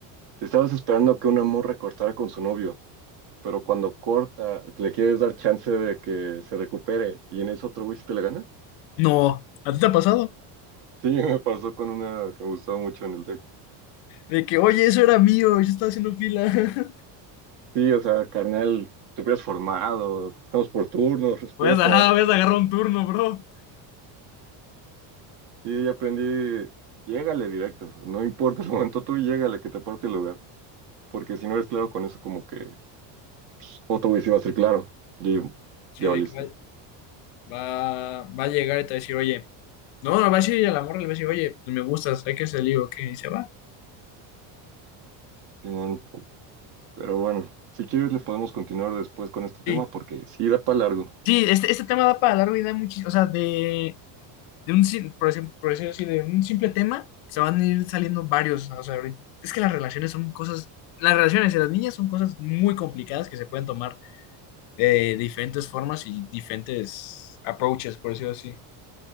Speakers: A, on the right; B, on the left.
A: te estabas esperando que una morra cortara con su novio, pero cuando corta le quieres dar chance de que se recupere y en eso otro güey se te la gana?
B: No, ¿a ti te ha pasado?
A: Sí, <laughs> me pasó con una que me gustaba mucho en el
B: De que, oye, eso era mío, yo estaba haciendo fila. <laughs>
A: Sí, o sea, carnal, te hubieras formado, estamos por turnos, respeta.
B: voy a agarrar un turno, bro.
A: Sí,
B: No,
A: ya aprendí, llégale directo, no importa el momento, tú llégale que te parte el lugar, porque si no eres claro con eso, como que otro güey sí va a ser claro, y
B: Sí,
A: ya
B: de
A: valiste,
B: que va, va, va a llegar y te va a decir, oye. No, no, va a decir a la morra, le va a decir, oye, pues me gustas, hay que salir, o qué, y se va.
A: Simón. Pero bueno, si quieres le podemos continuar después con este tema,
B: Sí,
A: porque sí da para largo.
B: sí, este, este tema da para largo y da muchísimo, o sea, de, de un, sim- por ejemplo, por decirlo así, de un simple tema, se van a ir saliendo varios, o sea, ahorita- es que las relaciones son cosas, las relaciones de las niñas son cosas muy complicadas que se pueden tomar de diferentes formas y diferentes approaches, por decirlo así.